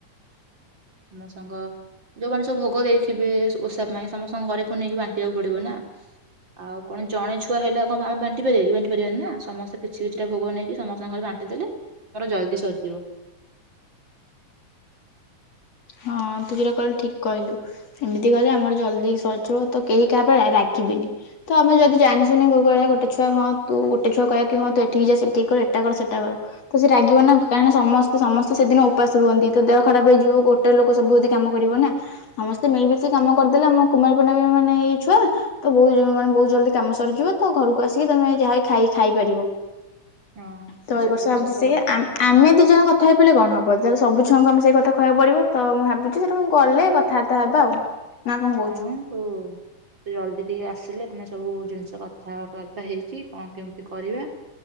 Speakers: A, on the right; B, on the left.
A: ସମସ୍ତଙ୍କ ଯୋଉମାନେ ସବୁ ଭୋଗ ଦେଇଥିବେ ଓଷା ପାଇଁ ସମସ୍ତଙ୍କ ଘରେ ଫୁଣିନେଇକି ବାଣ୍ଟିବାକୁ ପଡିବ ନା ଆଉ କଣ ଜଣେ ଛୁଆ ହେଲେ ଆ କଣ ଆମେ ବାଣ୍ଟି ପାର କି ବାଣ୍ଟି ପାରିବାନି ନା ସମସ୍ତେ କିଛି କିଛିଟା ଭୋଗ ନେଇକି ସମସ୍ତଙ୍କ ଘରେ ବାଣ୍ଟି ଦେଲେ ମୋର ଜଲଦି ସରିଯିବ
B: ହଁ ତୁ ସେଟା କହିଲୁ ଠିକ କହିଲୁ ଏମିତି କଲେ ଆମର ଜଲଦି ସରଯିବ ତ କେହି କା ଉପରେ ରା ରାଗ ଖିବିନି ତ ଆମେ ଯଦି ଜାଣିଶୁଣି ମୋ କହିବା ଗୋଟେ ଛୁଆ ହଁ ତୁ ଗୋଟେ ଛୁଆ କହିବା କି ହଁ ତୁ ଏଠିକି ଯା ସେଠିକ କର ଏଟା କର ସେଟା କର ତ ସେ ରାଗିବ ନା କାରଣ ସମସ୍ତ ସମସ୍ତେ ସେଦିନ ଉପାସ ରୁହନ୍ତି ତ ଦେହ ଖରାପ ହେଇଯିବ କୋ ଗୋଟେ ଲୋକ ସବୁ ଯଦି କାମ କରିବ ନା ସମସ୍ତେ ମିଳିିମିଶିକି କାମ କରିଦେଲେ ଆମ କୁମାର ପୁର୍ଣିମା ମାନେ ଏଇ ଛୁଆ ତ ବହୁତ ମାନେ ବହୁତ ଜଲ୍ଦି କାମ ସରିଯିବ ତ ଘରକୁ ଆସିକି ତମେ ଯାହା ହି ଖାଇ ଖାଇପାରିବ।
A: ହଁ
B: ତ
A: ସେଟା
B: ଏଇ ବର୍ଷ
A: ବି
B: ଭାବୁଛି
A: ସତ
B: ସେ
A: କଥା
B: ଆ ଆମେ ଦି ଜଣଙ୍କ କଥା ହେଇ ପଇଲେ କଣ ହବ ହୋଉ ତାହେଲେ ସବୁ ଛୁଆଙ୍କୁ ଆମେ ସେଇ କଥା କହିବାକୁ ପଡିବ। ତ ମୁଁ ଭାବୁଚି ସେଟା ମୁଁ ଗଲେ କଥାବାର୍ତ୍ତା ହେବା ଆଉ। ନା କଣ କହୁଛୁ?
A: ହଁ ତୁ ଜଲଦି ଟିକେ ଆସିଲେ ଆମେ ସବୁ ଜିନିଷ କଥା ବାର୍ତ୍ତା ହେଇକି କଣ କେମିତି କରିବା